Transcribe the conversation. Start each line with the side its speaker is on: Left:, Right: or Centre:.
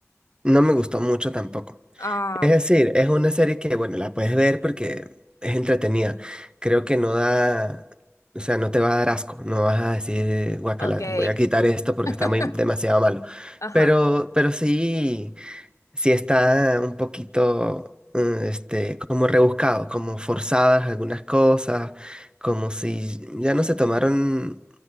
Right: No me gustó mucho tampoco.
Left: Ah,
Right: Es decir, es una serie que, bueno, la puedes ver porque es entretenida. Creo que no da, o sea, no te va a dar asco. No vas a decir, guacala,
Left: ok.
Right: voy a quitar esto
Left: <laughs>
Right: porque está muy, demasiado malo.
Left: Ajá,
Right: Pero, pero sí sí está un poquito, mm, este, como rebuscado, como forzadas algunas cosas, como si ya no se tomaron